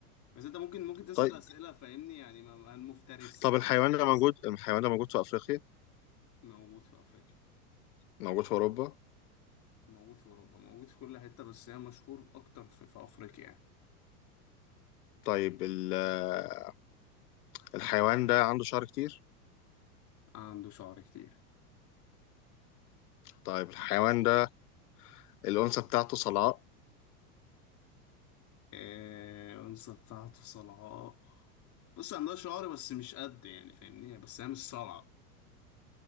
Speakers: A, on the left; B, on the left.
A: بس انت ممكن ممكن تسأل
B: طيب
A: أسئلة فاهمني يعني ما- ما المفترس
B: طب الحيوان ده موجود الحيوان
A: كده.
B: ده موجود في أفريقيا
A: موجود في افريقيا
B: موجود في أوروبا
A: موجود في اوروبا موجود في كل حتة بس هي مشهور اكتر في, في افريقيا يعني
B: طيب ال- آه، الحيوان ده عنده شعر كتير
A: عنده شعر كتير
B: طيب الحيوان ده الأنثى بتاعته صلعاء
A: آه، أنثى بتاعته صلعاء بص عندها شعر بس مش قد يعني فاهمني بس هي مش صلعة